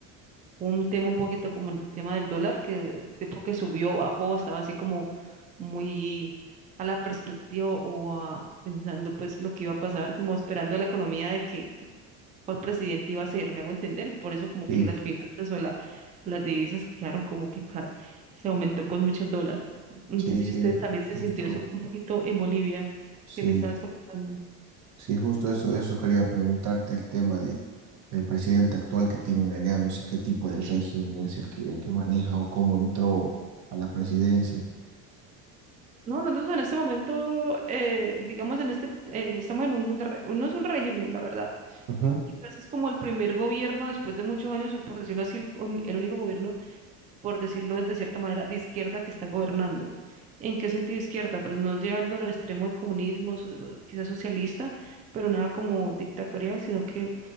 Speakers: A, on the right; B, on the right.
A: un tema un poquito como el tema del dólar, que tipo que subió, bajó, estaba así como muy a la perspectiva o a- pensando pues lo que iba a pasar, como esperando la economía de que que cuál presidente iba a ser, me hago entender, por eso como
B: Sí,
A: que las finanzas o la, las divisas quedaron como que ca- se aumentó pues mucho el dólar. No
B: sí,
A: sé si
B: sí,
A: ustedes también se
B: justo,
A: sintió eso un poquito en Bolivia,
B: sí.
A: que me estabas comentando.
B: Sí, justo eso, eso quería preguntarte el tema de, del presidente actual que tienen allá, no sé qué tipo de régimen es el que, el que maneja o cómo entró a la presidencia.
A: No, nosotros en este momento, eh, digamos, en este, eh, estamos en un, re- no es un régimen, la verdad
B: Ujú.
A: Quizás es como el primer gobierno después de muchos años, o por decirlo así, el, un- el único gobierno, por decirlo de cierta manera, de izquierda que está gobernando. ¿En qué sentido izquierda? Pues no llegando al extremo del comunismo, so- quizás socialista, pero nada como dictatorial, sino que